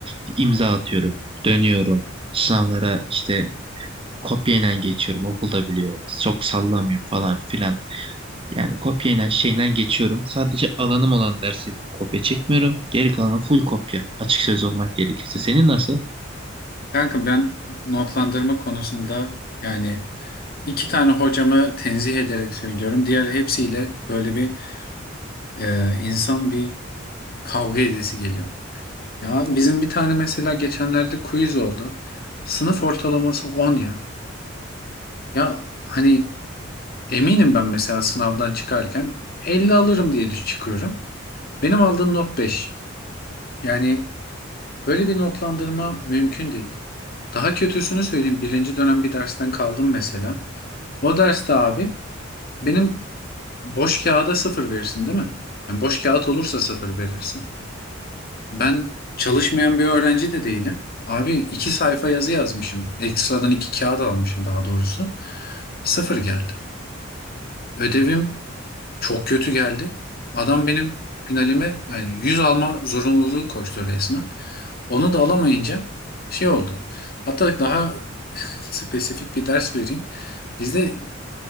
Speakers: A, on the right; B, on the left.
A: bir imza atıyorum, dönüyorum, sınavlara işte kopyayla geçiyorum okulda biliyor çok sallamıyor falan filan. Yani kopyayla şeyle geçiyorum. Sadece alanım olan dersi kopya çekmiyorum. Geri kalanı full kopya. Açık söz olmak gerekirse. Senin nasıl?
B: Kanka ben notlandırma konusunda yani İki tane hocamı tenzih ederek söylüyorum. Diğer hepsiyle böyle bir e, insan bir kavga edesi geliyor. Ya bizim bir tane mesela geçenlerde quiz oldu. Sınıf ortalaması 10 ya. Ya hani eminim ben mesela sınavdan çıkarken 50 alırım diye düş çıkıyorum. Benim aldığım not 5. Yani böyle bir notlandırma mümkün değil. Daha kötüsünü söyleyeyim. Birinci dönem bir dersten kaldım mesela. O derste abi benim Boş kağıda sıfır verirsin değil mi? Yani boş kağıt olursa sıfır verirsin. Ben çalışmayan bir öğrenci de değilim. Abi iki sayfa yazı yazmışım. Ekstradan iki kağıt almışım daha doğrusu. Sıfır geldi. Ödevim çok kötü geldi. Adam benim finalime yani 100 alma zorunluluğu koştu resmen. Onu da alamayınca şey oldu. Hatta daha <laughs> spesifik bir ders vereyim. Bizde